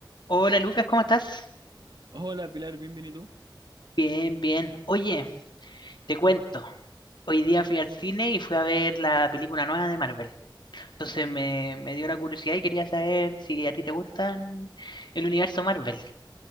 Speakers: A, on the left; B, on the right.
A: Hola Lucas, ¿cómo estás?
B: Hola Pilar, bienvenido.
A: Bien, bien. Oye, te cuento. Hoy día fui al cine y fui a ver la película nueva de Marvel. Entonces me, me dio la curiosidad y quería saber si a ti te gustan el universo Marvel.